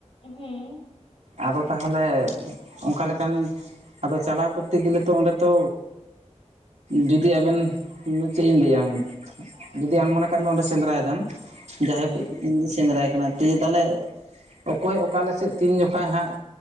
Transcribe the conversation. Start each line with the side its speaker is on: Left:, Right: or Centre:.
Left: ᱦᱮᱸ ᱾
Right: ᱟᱫᱚ ᱛᱟᱦᱚᱞᱮ ᱚᱱᱠᱟ ᱞᱮᱠᱟᱱ ᱼᱼ ᱟᱫᱚ ᱪᱟᱞᱟᱣ ᱠᱚᱨᱛᱮ ᱜᱮᱞᱮ ᱛᱚ ᱚᱸᱰᱮ ᱛᱚ ᱡᱩᱫᱤ ᱟᱵᱮᱱ ᱼᱼ ᱤᱧ ᱢᱟ ᱪᱤᱜ ᱤᱧ ᱞᱟᱹᱭᱟᱢ ᱡᱩᱫᱤ ᱟᱢ ᱢᱚᱱᱮ ᱠᱟᱜ ᱢᱮ ᱚᱸᱰᱮ ᱥᱮᱸᱫᱽᱨᱟᱭᱮᱫᱟᱢ ᱡᱟᱭᱦᱳᱠ
Left: ᱦᱩᱸ
Right: ᱼᱼ ᱥᱮᱸᱫᱽᱨᱟᱭ ᱠᱟᱱᱟ ᱫᱤᱭᱮ ᱛᱟᱦᱞᱮ ᱼᱼ ᱚᱠᱚᱭ ᱚᱠᱟᱞ ᱥᱮᱫ ᱛᱤᱱ ᱡᱚᱠᱷᱚᱱ ᱦᱟᱸᱜ